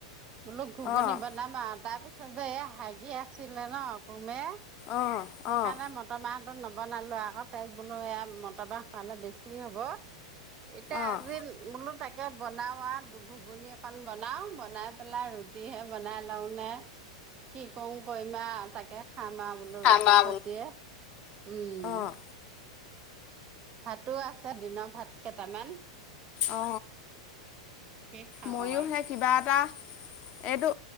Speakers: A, on the right (about 35°); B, on the left (about 40°).
A: বোলো ঘুগুনি
B: অ',
A: বনাম আও তাৰপিছত যে এয়া হাগি আছিলে ন উপমে?
B: অ',
A: সেইকাৰণে
B: অ',
A: মটৰমাহ নবনালো আক তাইক বোলো এয়া মটৰমাহ খোৱালে বেছি হ'ব। এতিয়া
B: অ'।
A: আজিন মূলো তাক এনেকে বনাও আ ঘুগুনি অকন বনাও বনাই পেলে ৰুটিহে বনাই লও নে কি কওঁ কইমা তাকে খাম আ বোলো
B: খানা
A: ৰু ৰুটি সতিয়ে
B: বোলো।
A: উম।
B: অ',
A: ভাতো আছে দিনৰ ভাত কেইটামান,
B: অ
A: কি খাওঁ
B: মইয়ো
A: আৰু।
B: সেই কিবা এটা, এইটো